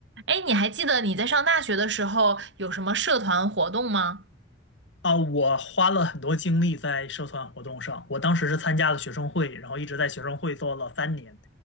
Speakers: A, on the right; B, on the left.
A: 哎，你还记得你在上大学的时候有什么社团活动吗？
B: 啊，我花了很多精力在社团活动上。我当时是参加了学生会，然后一直在学生会做了三年。